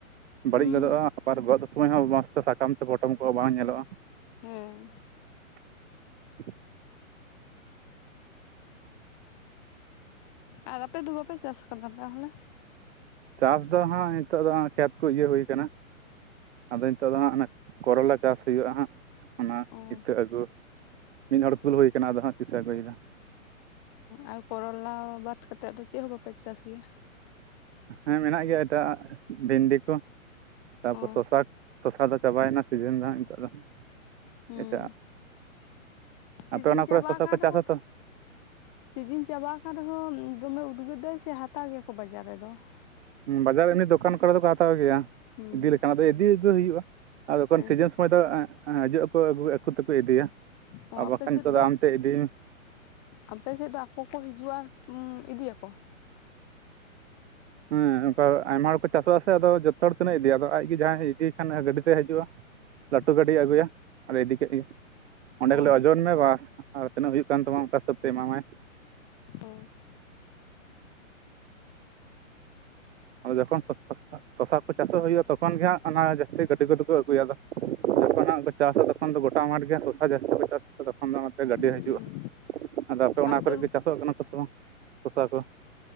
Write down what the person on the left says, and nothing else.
ᱦᱩᱸ
ᱦᱩᱸ
ᱟᱨ ᱟᱯᱮ ᱫᱩ ᱵᱟᱯᱮ ᱪᱟᱥ ᱟᱠᱟᱫᱟ ᱛᱟᱦᱚᱞᱮ?
ᱚ
ᱟᱨ ᱠᱚᱨᱚᱞᱟ ᱵᱟᱫᱽ ᱠᱟᱛᱮᱫ ᱫᱚ ᱪᱮᱫ ᱦᱚᱸ ᱵᱟᱯᱮ ᱪᱟᱥ ᱜᱮᱭᱟ?
ᱚ
ᱦᱩᱸ
ᱥᱤᱡᱤᱱ
ᱪᱟᱵᱟ
ᱟᱠᱟᱱ
ᱨᱮᱦᱚᱸ
ᱥᱤᱡᱤᱱ ᱪᱟᱵᱟ ᱠᱟᱱ ᱨᱮᱦᱚᱸ ᱫᱚᱢᱮ ᱩᱫᱽᱜᱟᱹᱨᱫᱟᱭ ᱥᱮ ᱦᱟᱛᱟᱣ ᱜᱮᱭᱟ ᱠᱚ ᱵᱟᱡᱟᱨ ᱨᱮᱫᱚ ᱾
ᱦᱩᱸ
ᱦᱮᱸ
ᱚ
ᱟᱯᱮ
ᱥᱮᱫ
ᱟᱯᱮ ᱥᱮᱜ ᱫᱚ ᱟᱠᱚ ᱠᱚ ᱦᱤᱡᱩᱜᱼᱟ ᱤᱫᱤᱭᱟᱠᱚ ᱾
<unintelligible>
ᱚ
ᱚᱚ <unintelligible>
ᱦᱩᱸ
ᱟᱨ
ᱛᱚ